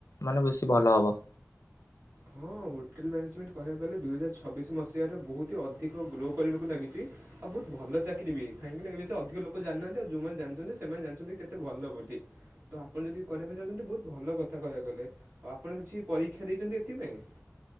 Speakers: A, on the left; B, on the right.
A: ମାନେ ବେଶୀ ଭଲ ହବ।
B: ହଁ ହୋଟେଲ୍ ମ୍ୟାନେଜମେଣ୍ଟ କହିବାକୁ ଗଲେ ଦୁଇହଜାର ଛବିଶ ମସିହାରେ ବହୁତ ହି ଅଧିକ ଗ୍ରୋ କରିବାକୁ ଲାଗିଛି। ଆଉ ବହୁତ ଭଲ ଚାକିରି ବି ହୋଇଥାଏ କାହିଁକିନା ଏ ବିଷୟ ଅଧିକ ଲୋକ ଜାଣିନାହାନ୍ତି ଆଉ ଯୋଉମାନେ ଜାଣିଛନ୍ତି ସେମାନେ ଜାଣିଛନ୍ତି କେତେ ଭଲ ବୋଲି। ତ ଆପଣ ଯଦି କରିବା ପାଇଁ ଚାହୁଁଛନ୍ତି ବହୁତ ଭଲ କଥା କହିବାକୁ ଗଲେ ଆଉ ଆପଣ କିଛି ପରୀକ୍ଷା ଦେଇଛନ୍ତି ଏଥିପାଇଁ?